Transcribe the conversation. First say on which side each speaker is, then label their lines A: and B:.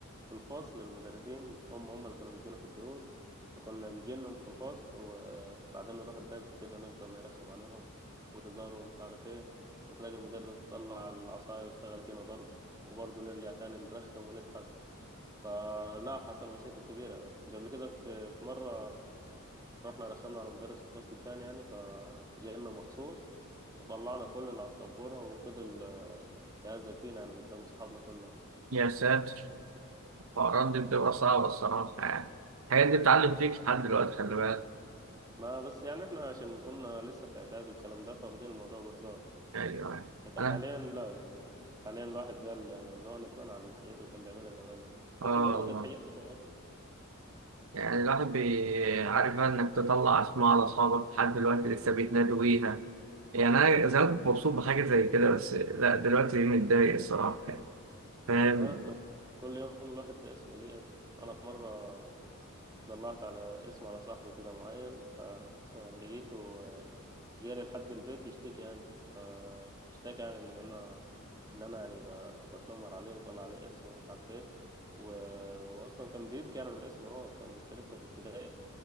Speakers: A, on the right (about 20°); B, on the right (about 75°).
A: في الفصل المدرسين هم هم اللي كانوا بيدونا في الدروس فكنا نجي لهم في الفصل وبعدين نروح الدرس كده نفضل نرخم عليهم وهزار ومش عارف ايه وتلاقي المدرس طلع العصاية واشتغل فينا ضرب وبرضه نرجع تاني نرخم ونضحك آه لا حصل مشاكل كبيرة قبل كده في, في مرة رحنا رخمنا على مدرس في فصل تاني يعني فجالنا مخصوص وطلعنا كلنا على السبورة وفضل يهزك فينا يعني قدام صحابنا كلهم
B: يا ساتر الحوارات دي بتبقى صعبة الصراحة يعني الحاجات دي بتعلم فيك لحد دلوقتي خلي بالك
A: ما بس يعني احنا عشان كنا لسه في اعداد والكلام ده فاخدين الموضوع بهزار
B: أيوه
A: لكن
B: أنا
A: حاليا لا يعني حاليا الواحد قال يعني اللي هو ندمان على الحاجات اللي كان بيعملها زمان دي
B: آه
A: بس برضه كانت
B: والله
A: حاجات حلوه يا اخي
B: يعني الواحد بي- عارف بقى إنك تطلع أسماء على أصحابك لحد دلوقتي لسه بيتنادوا بيها يعني انا زمان كنت مبسوط بحاجه زي كده بس لا دلوقتي متضايق الصراحه يعني فاهم
A: يعني احنا كل يوم الواحد باسم ليه اسم انا في مره ضلعت على اسم على صاحبي كده معين فلقيته <laughs> جالي لحد البيت يشتكي يعني فاشتكى يعني ان انا ان انا يعني ب- بتنمر عليه وبطلع عليه اسم ومش عارف ايه و... واصلا كان بيبكي انا من الاسم هو كان بس لسه في ابتدائي